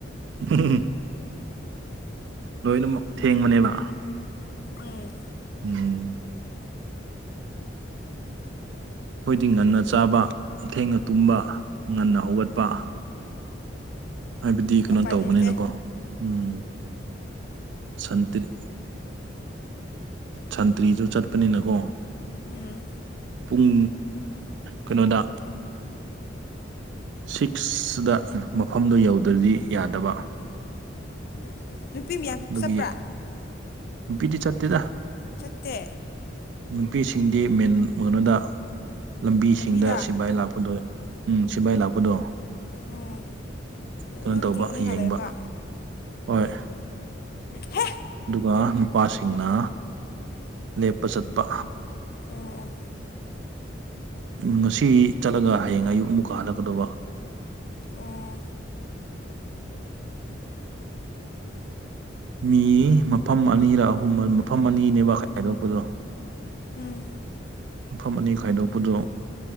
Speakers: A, on the right; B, on the left.
A: <unintelligible> ꯂꯣꯏꯅꯃꯛ ꯊꯦꯡꯕꯅꯦꯕ
B: ꯎꯝ
A: ꯎꯝ ꯑꯩꯈꯣꯏꯗꯤ ꯉꯟꯅ ꯆꯥꯕ ꯊꯦꯡꯅ ꯇꯨꯝꯕ ꯉꯟꯅ ꯍꯧꯒꯠꯄ ꯍꯥꯏꯕꯗꯤ ꯀꯩꯅꯣ
B: ꯎꯄꯥꯏ
A: ꯇꯧꯕꯅꯤꯅꯀꯣ
B: ꯂꯩꯇꯦ
A: ꯎꯝ ꯁꯟꯇ꯭ꯔꯤ ꯁꯟꯇ꯭ꯔꯤꯁꯨ ꯆꯠꯄꯅꯤꯅꯀꯣ
B: ꯎꯝ
A: ꯄꯨꯡ ꯀꯩꯅꯣꯗ ꯁꯤꯛꯁꯗ ꯃꯐꯝꯗꯨ ꯌꯧꯗ꯭ꯔꯗꯤ ꯌꯥꯗꯕ
B: ꯍꯝ ꯅꯨꯄꯤ ꯃꯌꯥꯝ
A: ꯑꯗꯨꯒꯤ
B: ꯆꯠꯄ꯭ꯔꯥ
A: ꯅꯨꯄꯤꯗꯤ ꯆꯠꯇꯦꯗ
B: ꯆꯠꯇꯦ
A: ꯅꯨꯄꯤꯁꯤꯡꯗꯤ ꯃꯦꯟ ꯀꯩꯅꯣꯗ ꯂꯝꯕꯤꯁꯤꯡꯗ
B: ꯂꯝꯕꯤꯗ
A: ꯁꯤꯐꯥꯏ ꯂꯥꯛꯄꯗꯣ ꯎꯝ ꯁꯤꯕꯥꯥꯏ ꯂꯥꯛꯄꯗꯣ
B: ꯎꯝ
A: ꯀꯩꯅꯣ
B: ꯑꯗꯨ
A: ꯇꯧꯕ
B: ꯊꯤꯡꯉꯒ
A: ꯌꯦꯡꯕ
B: ꯂꯩꯕ
A: ꯍꯣꯏ
B: ꯍꯦ
A: ꯑꯗꯨꯒ ꯅꯨꯄꯥꯁꯤꯡꯅ ꯂꯦꯞꯄ ꯆꯠꯄ
B: ꯑꯣ ꯑꯣ
A: ꯉꯁꯤ ꯆꯠꯂꯒ ꯍꯌꯦꯡ ꯑꯌꯨꯛ ꯑꯃꯨꯛꯀ ꯍꯜꯂꯛꯀꯗꯧꯕ
B: ꯑꯣ
A: ꯃꯤ ꯃꯐꯝ ꯑꯅꯤꯔꯛ ꯑꯍꯨꯝ ꯃꯐꯝ ꯑꯅꯤꯅꯦꯕ ꯈꯥꯏꯗꯣꯛꯄꯗꯣ
B: ꯎꯝ
A: ꯃꯐꯝ ꯑꯅꯤ ꯈꯥꯏꯗꯣꯛꯄꯗꯣ